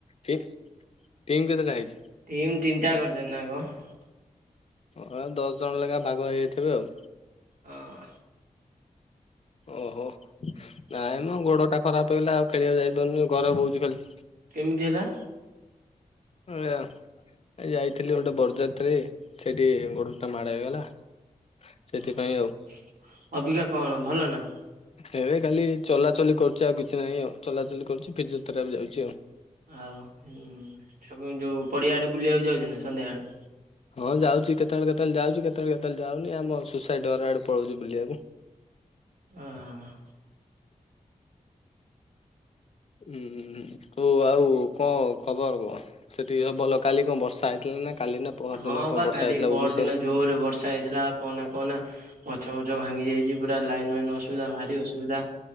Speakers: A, on the left; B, on the right.
A: କି ଟିମ୍ କେତେଟା ହେଇଛି?
B: ଟିମ୍ ତିନିଟା କରିଛନ୍ତି ନାଆ କଁ।
A: ହଁ ଦଶ ଜଣ ଲେଖା ଭାଗ ହେଇଯାଇଥିବେ ଆଉ।
B: ହଁ।
A: ଓ ହୋ। ନାଇଁ ମ ଗୋଡ ଟା ଖରାପ ହେଇଗଲା ଆଉ ଖେଳିଆକୁ ଯାଇ ନୁ ଘରେ ବଉଛି ଖାଲି।
B: କେମିତି ହେଲା?
A: ଏ ଆ ଯାଇଥିଲି ଗୋଟେ ବରଯାତ୍ରୀ ସେଠି ଗୋଡ ଟା ମାଡ ହେଇଗଲା ସେଥିପାଇଁ
B: ଓ ହୋ
A: ଆଉ।
B: ଅବିକା କଣ ଭଲ ନା?
A: ଏବେ ଖାଲି ଚଲାଚଲି କରୁଛି ଆଉ କିଛି ନାହିଁ ଆଉ ଚଲା ଚଲି କରୁଛି ଫିଜିଓଥେରାଫି ଯାଉଛି ଆଉ।
B: ଆଉ ହୁଁ ସବୁ ଯୋଉ ପଡିଆଡେ ବୁଲିବାକୁ ଯାଉଛୁ ନା? ସନ୍ଧ୍ୟା ବେଳ
A: ହଁ ଯାଉଛି କେତେବେଳେ କେତେବେଳେ ଯାଉଛି କେତେବେଳେ କେତେବେଳେ ଯାଉନି ଆମ ସୁସାଇଡ ଡୋର ଆଡେ ପଳଉଛି ବୁଲିବାକୁ।
B: ହଁ ହଁ।
A: ହୁଁ ତୁ ଆଉ କଣ ଖବର କଣ ସେଠି ସବୁ ଭଲ କାଲି କଣ ବର୍ଷା ହେଇଥିଲା ନା? କାଲି ନା ପହର
B: ହଁ
A: ଦିନ କଣ
B: ବା
A: ବର୍ଷା
B: କାଲି
A: ହେଇଥିଲା
B: ପର
A: ଭୁବନେଶ୍ୱର
B: ଦିନ ଜୋରେ ବର୍ଷା ହେଇଥିଲା କହନା କହନା ଗଛ ଫଛ ଭାଙ୍ଗି ଯାଇଛି ପୁରା ଲାଇନ୍ ମାଇନ୍ ଅସୁବିଧା ଭାରି ଅସୁବିଧା।